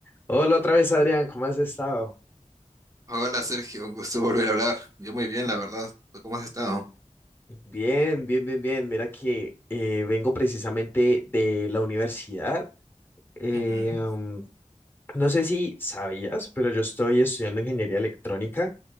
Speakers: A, on the left (about 15°); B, on the right (about 25°).
A: Hola otra vez, Adrián, ¿cómo has estado?
B: Hola Sergio, un gusto volver a hablar. Yo muy bien, la verdad. ¿Tú cómo has estado?
A: Bien, bien, bien, bien. Mira que eh, vengo precisamente de la universidad. Eh,
B: Ujú.
A: um, no sé si sabías, pero yo estoy estudiando ingeniería electrónica